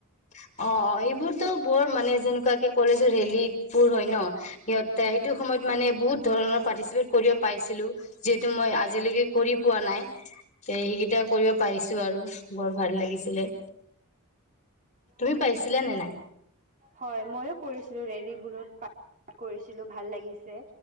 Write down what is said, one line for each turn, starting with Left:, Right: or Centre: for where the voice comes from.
Left: অ', অ', এইবোৰতো বৰ মানে যেনেকুৱাকে কলেজৰ ৰেলীবোৰ হয়, ন? হিহঁতে সেইটো সময়ত মানে বহুত ধৰণৰ পাৰ্টিচিপেট কৰিব পাইছিলো যিহেতু মই আজিলৈকে কৰি পোৱা নাই। এই হেইকেইটা কৰিব পাৰিছো আৰু, বৰ ভাল লাগিছিলে। তুমি
Right: আতচ্চা
Left: পাইছিলা নে নাই
Right: হয়, ময়ো কৰিছিলো ৰেলিবোৰত। কৰিছিলো ভাল লাগিছে